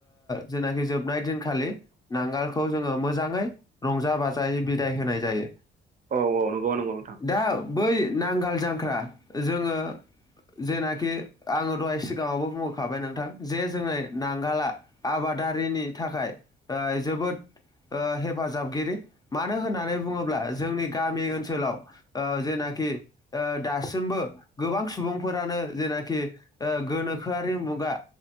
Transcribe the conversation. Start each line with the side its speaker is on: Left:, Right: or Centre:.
Left: जेनाखि जोबनाय दिनखालि नांगालखौ जोंङो मोजांङै रंजा बाजायै बिदाय होनाय दायो
Right: औ औ नंगौ नंगौ नोंथां
Left: दा बै नांगाल जांख्रा जोंङो जेनाखि आंङो दहाय सिगांङावबो बुंहखाबाय नोंथां जे जोंयो नांगाला आबादारिनि थाखाय जोबोद हेफाजाबगिरि मानो होननानै बुं बुङोब्ला जोंनि गामि ओनसोलाव जेनाखि दासिमबो गोबां सुबुं सुबुंफोरानो जेनाखि गोनोखोआरि मुगा